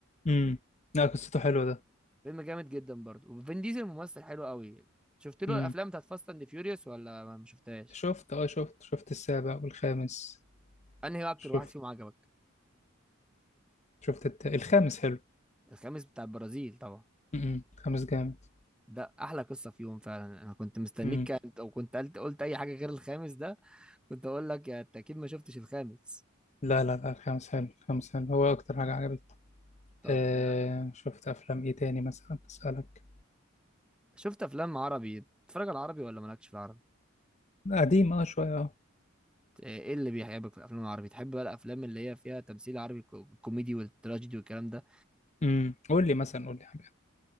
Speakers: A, on the left (about 35°); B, in the centre.
A: امم لا قصته حلوه ده
B: فيلم جامد جدا برضه وفين ديزل ممثل حلو قوي شفت له
A: امم
B: الأفلام بتاعت فاست أند فيوريوس ولا ما ما شفتهاش
A: شفت اه شفت شفت السابع والخامس
B: أنهي أكتر
A: شفت
B: واحد فيهم عجبك
A: شفت الت... الخامس حلو
B: الخامس بتاع البرازيل طبعا
A: امم الخامس جامد
B: ده أحلى قصة فيهم فعلا أنا كنت مستنيك
A: امم
B: كنت- أو كنت قلت قلت أي حاجة غير الخامس ده كنت اقول لك يعني انت اكيد ما شفتش الخامس
A: لا لا لا الخامس حلو الخامس حلو هو اكتر حاجه عجبتني
B: طب
A: آه
B: ده
A: شفت افلام ايه تاني مثلا اسالك
B: شفت افلام عربي بتتفرج على العربي ولا مالكش في العربي
A: قديم اه شويه اه
B: ايه إيه اللي بيحبك في الافلام العربي تحب بقى الافلام اللي هي فيها تمثيل عربي كو- الكوميدي والتراجيدي والكلام ده
A: امم قول لي مثلا قول لي حاجه